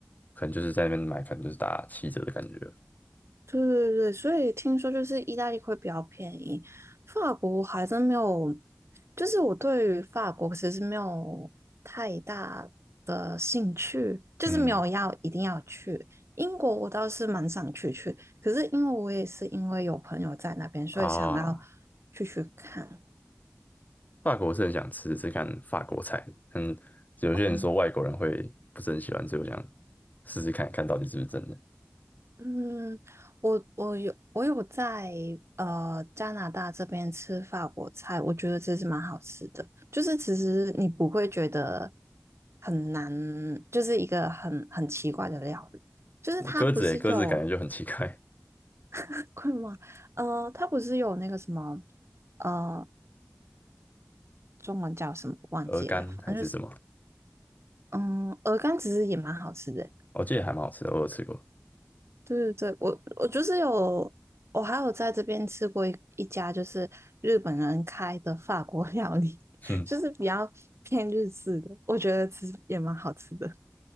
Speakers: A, on the left; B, on the right.
A: 可能就是在那边买，可能就是打七折的感觉。
B: 对对对，所以听说就是意大利会比较便宜，法国还真没有，就是我对于法国其实没有太大的兴趣，就是没有要一定要去。
A: 嗯
B: 英国我倒是蛮想去去，可是因为我也是因为有朋友在那边，所以想要
A: 啊，
B: 去去看。
A: 法国是很想吃吃看法国菜，嗯，有些人说外国人会不是很喜欢，
B: 嗯。
A: 所以我想试试看看到底是不是真的。
B: 嗯，我我有我有在呃加拿大这边吃法国菜，我觉得这是蛮好吃的。就是其实你不会觉得很难，就是一个很很奇怪的料理。就是它不是有
A: 那鸽子诶，鸽子感觉就很奇怪，
B: <laughs> 困吗？呃，它不是有那个什么呃中文叫什么忘记了，
A: 鹅肝还是什么，
B: 反正就是嗯鹅肝其实也蛮好吃的。
A: 我记得还蛮好吃的，我有吃过。
B: 对对对，我我就是有，我还有在这边吃过一一家就是日本人开的法国 <laughs> 料理，
A: <laughs> 哼
B: <laughs> 就是比较偏日式的，我觉得吃也蛮好吃的。